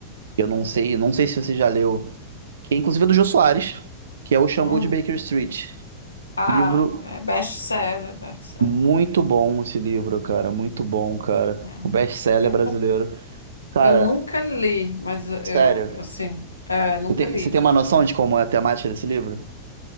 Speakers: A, on the right; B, on the left.
A: Eu não sei, não sei se você já leu, que é inclusive é do Jô Soares, que é o Xangô
B: Hum.
A: de Baker Street.
B: Ah,
A: Livro
B: é best-seller, best-seller.
A: muito bom esse livro, cara, muito bom, cara.
B: aham.
A: O best-seller
B: Eu,
A: brasileiro. Cara,
B: eu nunca li, mas
A: sério,
B: eu, eu sim, é, nunca
A: você tem,
B: li.
A: você tem uma noção de como é a temática desse livro?